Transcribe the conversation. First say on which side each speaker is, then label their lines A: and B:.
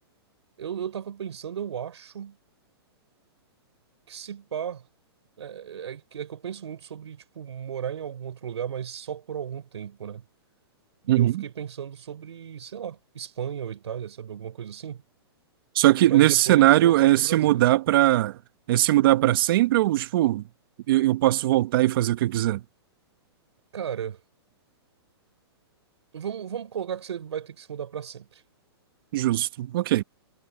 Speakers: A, on the right (about 90°); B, on the right (about 55°).
A: eu, eu tava pensando, eu acho que se pá. É, é que é que eu penso muito sobre, tipo, morar em algum outro lugar, mas só por algum tempo, né? E
B: Uhum.
A: eu fiquei pensando sobre, sei lá, Espanha ou Itália, sabe? Alguma coisa assim.
B: Só que
A: Mas
B: nesse
A: depois
B: cenário
A: voltar
B: é
A: pro
B: se
A: Brasil.
B: mudar para é se mudar para sempre ou tipo, eu, eu posso voltar e fazer o que eu quiser?
A: Cara, vamos, vamos colocar que você vai ter que se mudar pra sempre.
B: Justo. Ok.